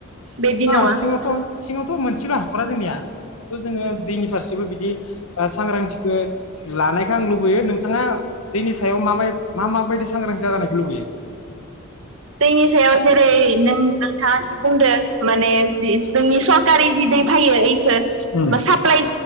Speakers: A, on the right (about 65°); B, on the left (about 80°).
A: बिदि
B: ओ
A: नङा
B: सिङावथ'। सिङावथ' मोनसेल' हाखरा जोंनिया। थ' जोङो दैनि फारसेबो बिदि। ओ सांग्रांथिखौ। लानायखौ आं लुबैयो नोंथाङा दैनि सायाव माबाय मा माबायदि सांग्रांथि जानायखौ लुबैयो।
A: दैनि सायाव जेरै नों नोंथाङा जि बुंदो माने जोंनि सरकारि जि दै फैयो इखौ
B: उम
A: बा साप्लाइ